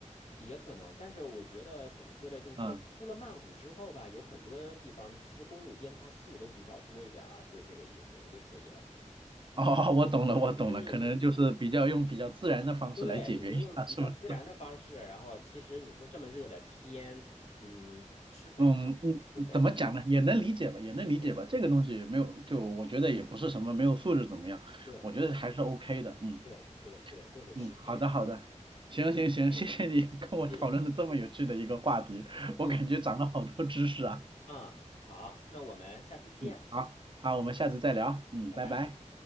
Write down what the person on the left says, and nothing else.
也可能，但是我觉得怎么说呢，就是出了曼谷之后吧，
有很多地方其实公路边它树都比较多一点啊，就是这个意思，你就可以了。
嗯。
对，你就用比较自然的方式，
然后其实你说这么热的天，嗯，施肥吗，
施肥嘛，
施肥，
对
对对对，就是施肥。
哎，
嗯嗯
啊，好，那我们下次见，
拜拜。